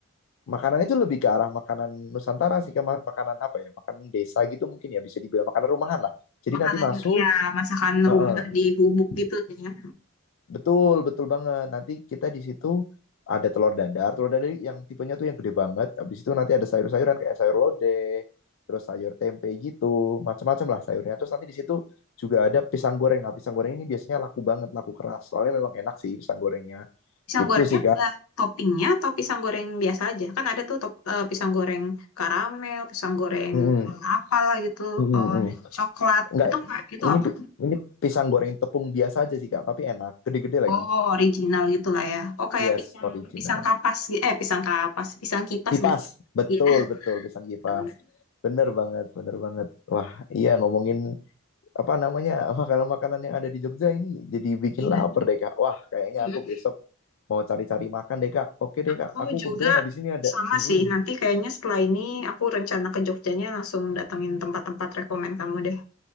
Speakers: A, on the left (about 65°); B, on the left (about 85°).
A: Makanannya itu lebih ke arah makanan Nusantara sih, ke ma- makanan apa ya, makanan desa gitu mungkin ya bisa dibilang makanan rumahan lah. Jadi
B: Makanan
A: nanti masuk,
B: ya masakan
A: heeh,
B: rumah di gubuk gitu ya.
A: Betul, betul banget. Nanti kita di situ ada telur dadar, telur dadar yang tipenya tuh yang gede banget. Habis itu nanti ada sayur-sayuran kayak sayur lodeh, terus sayur tempe gitu, macam-macam lah sayurnya. Terus nanti di situ juga ada pisang goreng. Nah, pisang goreng ini biasanya laku banget, laku keras. Soalnya memang enak sih pisang gorengnya.
B: Pisang
A: Gitu
B: gorengnya
A: sih, Kak.
B: ada toppingnya atau pisang goreng biasa aja? Kan ada tuh top, eh, pisang goreng karamel, pisang goreng
A: Mm-mm,
B: apalah gitu,
A: mm-mm,
B: eh,
A: mm.
B: coklat.
A: Enggak,
B: Itu ka- itu
A: ini
B: apa?
A: pi- ini pisang goreng tepung biasa aja sih, Kak, tapi enak, gede-gede lagi.
B: Oh, original gitu lah ya. Oh, kayak
A: Yes,
B: pisang
A: original.
B: pisang kapas, gi- eh pisang kapas, pisang kipas
A: kipas
B: nggak sih?
A: betul
B: Iya,
A: betul pisang kipas
B: benar.
A: bener banget bener banget wah iya ngomongin apa namanya makanan-makanan yang ada di Jogja ini jadi bikin
B: Iya.
A: lapar deh kak wah kayaknya
B: Mm.
A: aku besok mau cari-cari makan deh kak oke deh
B: Aku
A: kak aku
B: juga
A: kebetulan habis ini ada
B: sama
A: Mm-mm.
B: sih. Nanti kayaknya setelah ini aku rencana ke Jogjanya langsung datengin tempat-tempat rekomen kamu deh.